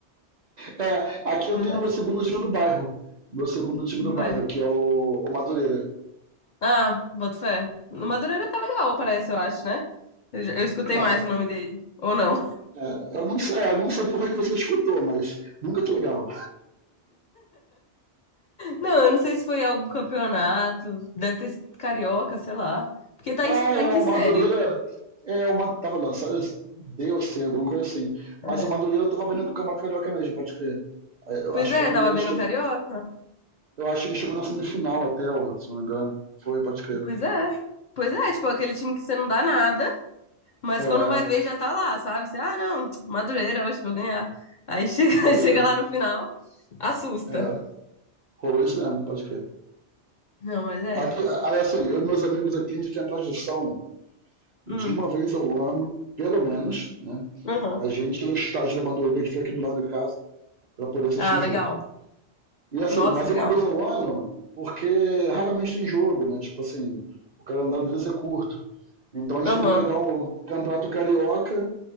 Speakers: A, on the right; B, on the left.
A: É, é. Aqui eu
B: Mas
A: tenho
B: é,
A: o meu segundo time do bairro. Meu segundo time
B: não
A: do bairro,
B: vai.
A: que é o, o Madureira.
B: Ah, boto fé. No Madureira tá legal, parece, eu acho, né? Eu, já- eu escutei
A: Não,
B: mais o nome dele. Ou não.
A: é, eu não sei, eu não sei por que que você escutou, mas nunca que legal.
B: Não, eu não sei se foi algum campeonato, deve ter sido carioca, sei lá. Porque tá
A: Ah,
B: em, tá
A: é,
B: em que
A: o
B: série?
A: Madureira é uma. Tava lançado Deus tem alguma coisa assim. Mas
B: É.
A: o Madureira tava vendendo com o Carioca mesmo, pode crer. É, Eu
B: Pois
A: acho
B: é,
A: que o Madureira.
B: tava vendo
A: che-
B: o carioca.
A: Eu acho que chegou na semifinal até, ó, se não me engano. Foi, pode crer.
B: Pois é. Pois é, tipo, aquele time que você não dá nada, mas
A: É, é,
B: quando vai ver já tá lá, sabe? Você, ah, não, Madureira, hoje vou ganhar. Aí chega, <laughs>
A: pode
B: chega
A: crer.
B: lá no final, assusta.
A: É, rolou isso mesmo, pode crer.
B: Não, mas é.
A: Aqui, assim, eu e meus amigos aqui, a gente tem a tradição de
B: Hum,
A: uma vez ao ano, pelo menos, né?
B: aham.
A: A gente ir no estádio do Madureira que fica aqui do lado de casa para poder assistir
B: Ah,
A: o
B: legal.
A: jogo. E assim,
B: Nossa,
A: mas
B: legal.
A: uma vez ao ano, porque raramente tem jogo, né? Tipo assim, o calendário deles é curto. Então a gente
B: Aham.
A: tem que pegar o Campeonato Carioca